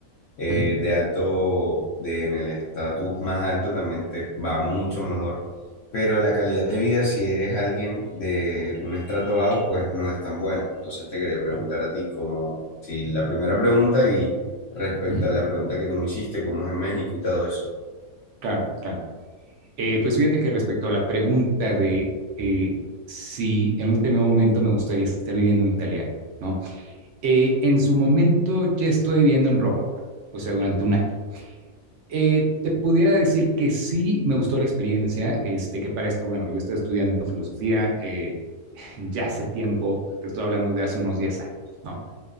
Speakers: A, on the left; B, on the right.
A: eh,
B: ujú,
A: de alto, de, en el estatus más alto también te va mucho mejor, pero la calidad de vida, si eres alguien de un estrato bajo, pues no es tan buena. Entonces te quería preguntar
B: claro,
A: a ti como, si la primera pregunta y respecto
B: ujú,
A: a la pregunta que tú me hiciste, cómo es en México y todo eso.
B: claro, claro. Eh, pues fíjate que respecto a la pregunta de eh, si en un determinado momento me gustaría estar viviendo en Italia, ¿no? Eh, en su momento ya estoy viviendo en Roma, o sea, durante un año. Eh, te pudiera decir que sí me gustó la experiencia, este, que para esto, bueno, yo estoy estudiando filosofía eh, ya hace tiempo, te estoy hablando de hace unos 10 años, ¿no?